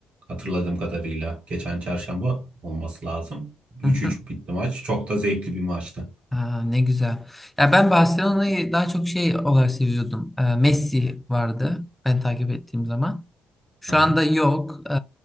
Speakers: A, on the right; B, in the centre.
A: hatırladığım kadarıyla. Geçen çarşamba olması lazım. 3-3
B: <laughs>
A: bitti maç. Çok da zevkli bir maçtı.
B: Ha, ne güzel. Ya ben Barcelona'yı daha çok şey olarak seviyordum. Ee, Messi vardı ben takip ettiğim zaman. Şu
A: Hı hı,
B: anda yok. Ee,